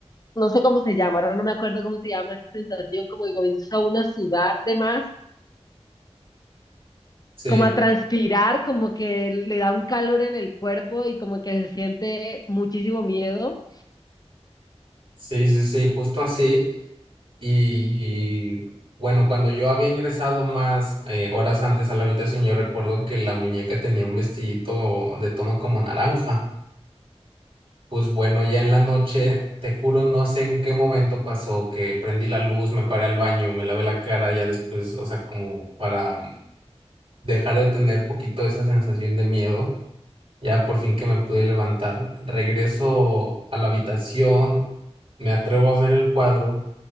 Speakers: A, on the left; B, on the right.
A: no sé cómo se llama, ahora no me acuerdo cómo se llama esa sensación, como que comienza uno a sudar de más,
B: Sí,
A: como a transpirar, como que le da un calor en el cuerpo y como que se siente muchísimo miedo.
B: sí, sí, sí, justo así. Y bueno, cuando yo había ingresado más eh, horas antes a la habitación, yo recuerdo que la muñeca tenía un vestidito de tono como naranja. Pues bueno, ya en la noche, te juro, no sé en qué momento pasó que prendí la luz, me paré al baño, me lavé la cara, ya después, o sea, como para mm, dejar de tener poquito esa sensación de miedo, ya por fin que me pude levantar. Regreso a la habitación, me atrevo a ver el cuadro